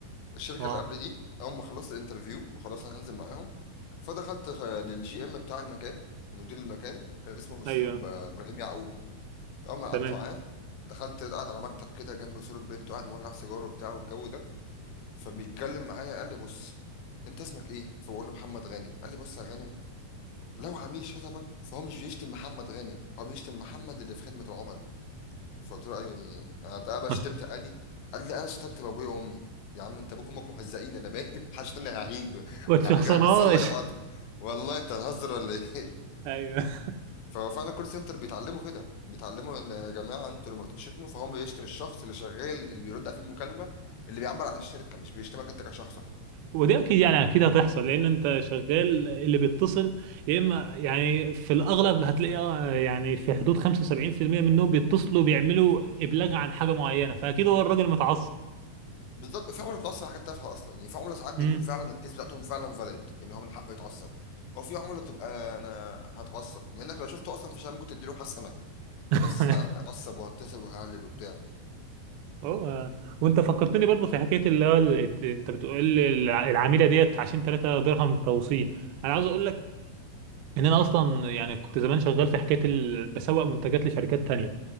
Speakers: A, on the left; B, on the right.
A: الشركه
B: اه
A: اللي قبل دي اول ما خلصت الانترفيو وخلاص انا هنزل معاهم فدخلت آه، للجي ام بتاع المكان مدير المكان كان اسمه استاذ
B: ايوه
A: ب- ابراهيم يعقوب اول ما قعدت
B: تمام
A: معاه دخلت قاعد على مكتب كده جنب صورة بنته قاعد مولع سيجاره وبتاع والجو ده فبيتكلم معايا قال لي بص انت اسمك ايه فبقول له محمد غانم قال لي بص يا غانم لو عميل شتمك فهو مش بيشتم محمد غانم هو بيشتم محمد اللي في خدمة العملاء فقلت له ايوه يعني انا اتقبل
B: <laughs>
A: شتمت عادي قال لي انا شتمت بابويا وامي يا عم انت ابوك وامك مهزئين انا مالي <laughs> محدش تاني هيهينك <laughs>
B: ما تشخصناش
A: هكسر لك عظم والله انت هزر ولا ايه <laughs>
B: ايوه <laughs>
A: فهو فعلا كول سنتر بيتعلموا كده بيتعلموا ان يا جماعه انتوا لما بتشتموا فهو بيشتم الشخص اللي شغال اللي بيرد في المكالمه اللي بيعبر عن الشركه مش بيشتمك انت كشخصك
B: ودي اكيد يعني اكيد هتحصل لان انت شغال اللي بيتصل يا اما يعني في الاغلب هتلاقي آه، يعني في حدود 75% منهم بيتصلوا بيعملوا ابلاغ عن حاجه معينه فاكيد هو الراجل متعصب
A: بالظبط في عمله بتتعصب حاجات تافهه اصلا يعني في عمله ساعات بيكون
B: امم
A: فعلا الكيس بتاعتهم فعلا فاليد يعني هو من حقه يتعصب وفي عمله تبقى انا هتعصب مع انك لو شفته اصلا في شام ممكن تديله حسنه
B: <laughs>
A: بس لا انا <laughs> هتعصب وهتصل وههلل وبتاع
B: هو وانت فكرتني برضه في حكايه اللي هو ال- انت بتقول لي الع- العميله ديت عشان 3 درهم توصيل انا عاوز اقول ان انا اصلا يعني كنت زمان شغال في حكايه ال... بسوق منتجات لشركات تانية